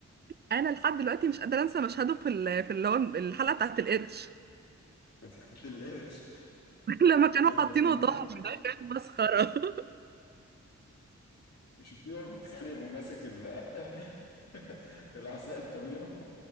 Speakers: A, on the right; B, on the left.
A: انا لحد دلوقتي مش قادره انسى مشهده في ال- في اللي هو الحلقه بتاعت القرش
B: بتاعت القرش
A: <laughs> لما كانوا
B: ما بيغنموه
A: حاطينه طعم ده كان مسخره <laughs>
B: مش بيقعد بيتخانق وماسك ال... <laughs> العصاية الطويلة